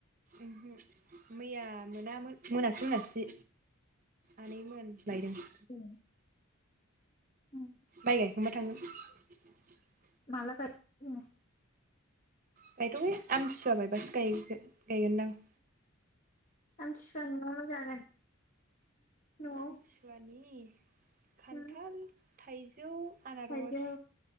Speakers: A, on the right; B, on the left.
A: ओमहो मैया मोना मोनासि मोनासि आनैमोन लायदों
B: ए उम
A: माइ गायखांबाय थांगोन <unintelligible>
B: माला गायखांगोन नो <unintelligible>
A: गायथ'आखै आमथि सुवा बायबासो गायगोन गायगोनदां
B: आमथि सुवानि मा-मा जागोन न'आव
A: आमथिसुवानि खान्थाल
B: उम
A: थाइजौ आनारस
B: थाइजौ